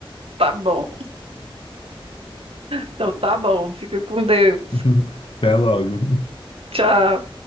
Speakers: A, on the right; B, on the left.
A: Tá bom. Então tá bom. Fica com Deus.
B: <laughs> Até logo.
A: Tchau.